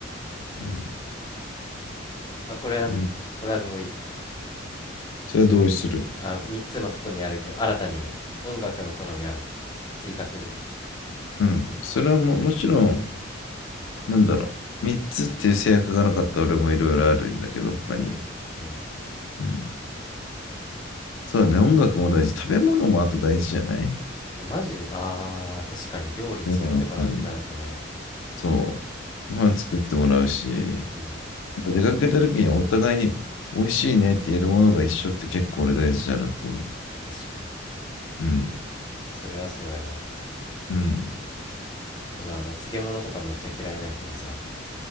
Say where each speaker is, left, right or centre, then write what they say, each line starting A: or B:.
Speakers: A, on the left (about 75°); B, on the left (about 20°).
A: うん、
B: あ、これは、
A: うん。
B: これは同意
A: それは同意する。
B: あ、3つの外にあるけど、新たに音楽の好み合う。追加する。
A: うん。それはも、もちろん、なんだろう。三つっていう制約がなかったら俺もいろいろあるんだけど、他に。
B: うん。うん。
A: うん。そうだね。音楽も大事。食べ物もあと大事じゃない
B: え、マジあー、確かに料理作ってもらうってなるとね。
A: うんそう。ご飯作ってもらうし、
B: うん。
A: やっぱ出かけた時にお互いに美味しいねって言えるものが一緒って結構俺大事だなと思
B: 確かに。
A: う。うん。
B: それはそうやわ。
A: うん。
B: 俺、あの、漬物とかめっちゃ嫌いなんやけどさ。